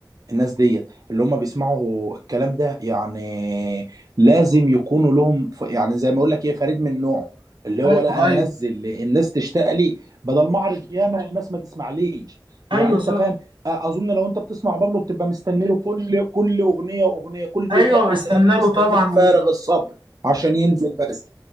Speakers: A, on the right; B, on the right.
A: الناس ديت اللي هم بيسمعوا الكلام ده يعني لازم يكونوا لهم ف... يعني زي ما اقول لك ايه فريد من نوعه اللي
B: أيوه
A: هو لا انا
B: أيوه
A: انزل الناس تشتاق لي بدل ما اعرض ياما والناس ما تسمعليش
B: أيوه
A: يعني انت
B: صح
A: فاهم أ- اظن لو انت بتسمع بابلو بتبقى مستني له كل كل اغنيه واغنيه كل
B: أيوه
A: تراك وتراك
B: بستنى
A: مستنيه
B: له طبعا
A: بفارغ الصبر عشان ينزل بس